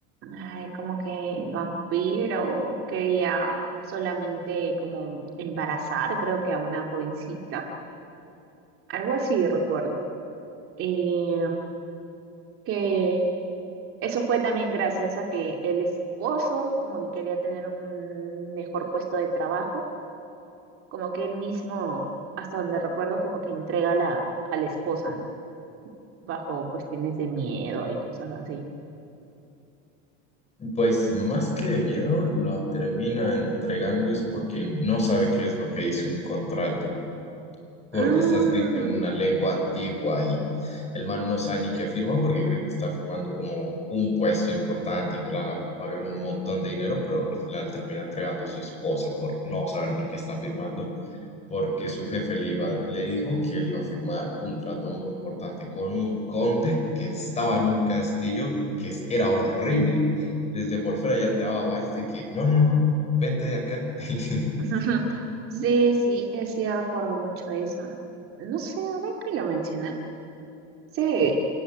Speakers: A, on the right; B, on the left.
A: ay, como que el vampiro quería solamente como embarazar, creo que a una jovencita, algo así recuerdo. eh, que eso fue también gracias a que el esposo como que quería tener un mejor puesto de trabajo, como que él mismo, hasta donde recuerdo, como que entrega a la, a la esposa, ¿no? Bajo cuestiones de miedo y cosas así.
B: Pues más que de miedo, la termina entregando es porque no sabe qué es lo que dice un contrato, porque
A: Mm.
B: está escrito en una lengua antigua y el man no sabe ni qué afirma porque cree que está firmando como un puesto importante y que le van a pagar un montón de dinero, pero al final termina entregando a su esposa por no saber ni qué está firmando porque su jefe le iba, le dijo que él iba a firmar un trato muy importante con un conde que estaba en un castillo que es- era horrible. Desde por fuera ya te daba vibes de que, no, no, no, no, vete de acá. <laughs>
A: <laughs> Sí, sí, eh, sí, recuerdo mucho eso. No sé, ahora que lo mencionan, sí,